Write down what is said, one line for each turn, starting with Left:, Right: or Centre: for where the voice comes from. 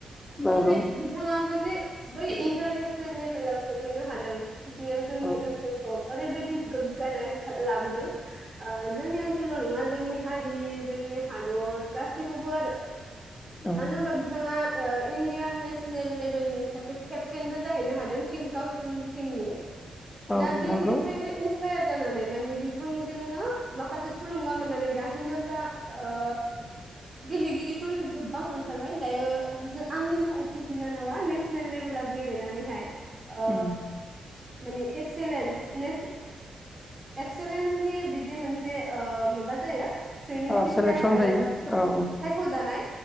Left: नंगौ
Right: नाथाय बिथाङाबो जे बै इन्टारनेसनेल लेभेलाव सहैनो हादों। बियो जोंनि
Left: औ
Right: ओनसोलखौ ओरैबायदि गोग्गानाय लाबोदों ओ जोंनि ओनसोलल' नङा जोंनि हारि जोंनि हादर गासैखौबो आरो।
Left: औ
Right: मानो होमबा बिथाङा ओ इण्डियान नेसनेल लेभेलनि सासे केपटेनबो जाहैनो हादों। टिम गावसिनि टिमनि
Left: औ
Right: दा बिनिफ्रायनो
Left: नंगौ
Right: साया जानानै माने बिथांजोंनो माखासे थुलुंगा मोननानै दा हिनजावसा ओ गेलेगिरिफोर गोबां ओंखारबाय दायो जों आंनिनो असे बिनानावा नेसनेल लेभेलाव गेलेनानैहाय ओ
Left: उम
Right: माने एक्सेलेन ने एक्सेलेन्सनि बिदि मोनसे ओ माबा जायो। स्रेनिं
Left: औ
Right: सिस्टेम
Left: सेलेकसन
Right: आरो
Left: जायो औ
Right: सायख'जानाय